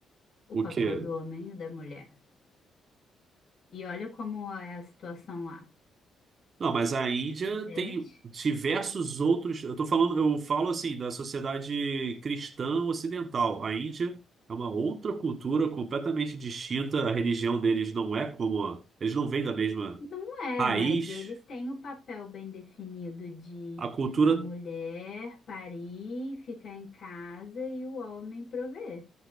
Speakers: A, on the left; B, on the right.
A: o
B: O
A: papel
B: que?
A: do homem e da mulher. E olha como é a situação lá,
B: Não, mas a Índia
A: entende?
B: tem diversos outros. Eu tô falando, eu falo assim da sociedade cristã ocidental. A Índia é uma outra cultura completamente distinta. A religião deles não é como a- eles não vêm da mesma
A: Não é,
B: raiz.
A: mas eles têm o papel bem definido de
B: A cultura
A: a mulher parir, ficar em casa e o homem prover.